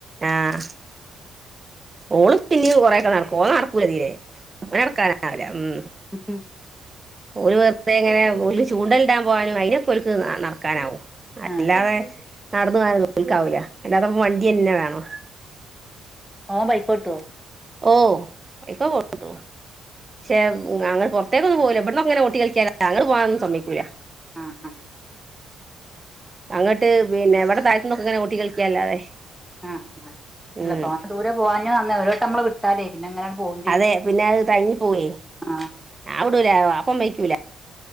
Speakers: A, on the right; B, in the centre.
A: ആഹ് ഓള് പിന്നിം കൊറെ ഒക്കെ നടക്കും ഓൻ നടക്കൂല തീരേ ഓന് നടക്കാനാവൂല ഉം.
B: ഉം ഉം
A: ഓല് വെർതെ ഇങ്ങനെ ഓല് ചൂണ്ടല് ഇണ്ടാൻ പോവാനും അയ്നൊക്കോൽക്ക് ന നടക്കാനാവും
B: ആഹ്
A: അല്ലാതെ നടന്ന് പോവാനൊന്നും ഓൽക്കാവൂല്ല അല്ലാത്തപ്പ വണ്ടിയെന്നെ വേണം
B: ഓൻ ബൈക്കോട്ടോ
A: ഓഹ് ബൈക്കൊക്കോട്ടും പക്ഷെ അങ്ങനെ പൊറത്തേക്കൊന്നും പോവൂല ഇബട്ന്നൊക്കെ ഇങ്ങനെ ഓട്ടി കളിക്ക്യാന്നല്ലാതെ അങ്ങട്ട് പോവാനൊന്നും സമ്മെയ്ക്കൂല
B: ആഹ് ആഹ്
A: അങ്ങട്ട് പിന്നെ ഇവടെ താഴത്ത്ന്നൊക്കെ ഇങ്ങനെ ഓട്ടി കളിക്ക്യാ അല്ലാതെ
B: ആഹ് ആഹ് അല്ല
A: ഉം.
B: തോനെ ദൂരെ പോവാഞ്ഞും നന്ന് ഒര് വട്ടം അമ്മള് വി ട്ടാലെ പിന്നെ ഇങ്ങനാണ്ട് പോകും.
A: അതെ പിന്നെ അത് തഞ്ഞിപ്പോവേയ്
B: ആഹ്
A: ഞാൻ വിടൂല വാപ്പ സമ്മെയ്ക്കൂല.